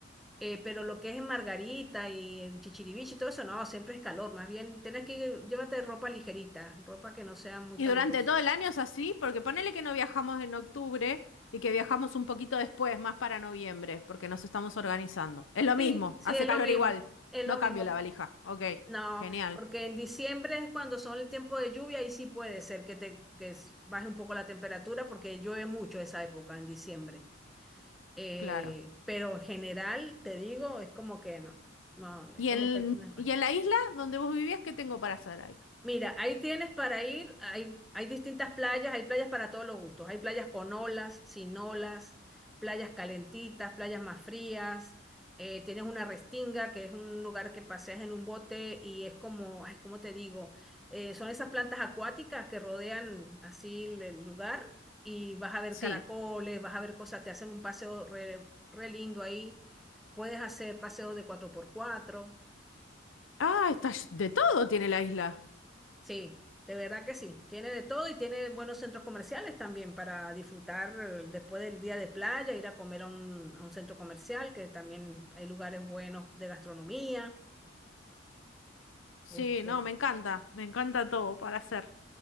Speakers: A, in the centre; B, on the left (about 85°).
A: eh, pero lo que es en Margarita y en Chichiriviche y todo eso, no, siempre es calor. Más bien, tienes que ir- llévate ropa ligerita, ropa que no sea muy
B: Y
A: calurosa.
B: durante todo el año es así, porque ponele que no viajamos en octubre y que viajamos un poquito después, más para noviembre, porque nos estamos organizando. Es lo
A: Sí,
B: mismo,
A: sí,
B: hace
A: es
B: calor
A: lo mismo,
B: igual.
A: es
B: No
A: lo mismo.
B: cambio la valija. Ok,
A: No,
B: genial,
A: porque en diciembre es cuando son el tiempo de lluvia y sí puede ser que te que s- baje un poco la temperatura porque llueve mucho esa época en diciembre. Eh,
B: claro.
A: pero en general, te digo, es como que no, no,
B: ¿Y
A: es como
B: en,
A: que el clima es bueno.
B: y en la isla donde vos vivías, qué tengo para hacer ahí?
A: Mira, ahí tienes para ir, hay, hay distintas playas, hay playas para todos los gustos, hay playas con olas, sin olas, playas calentitas, playas más frías, eh, tienes una restinga, que es un lugar que paseas en un bote y es como, ay, ¿cómo te digo? Eh, son esas plantas acuáticas que rodean así el el lugar y vas a ver
B: Sí.
A: caracoles, vas a ver cosas, te hacen un paseo re, re lindo ahí, puedes hacer paseos de cuatro por cuatro.
B: Ah, está, ll- de todo tiene la isla.
A: Sí, de verdad que sí. Tiene de todo y tiene buenos centros comerciales también para disfrutar eh, después del día de playa, ir a comer a un, a un centro comercial, que también hay lugares buenos de gastronomía.
B: Sí,
A: Este,
B: no, me encanta, me encanta todo para hacer.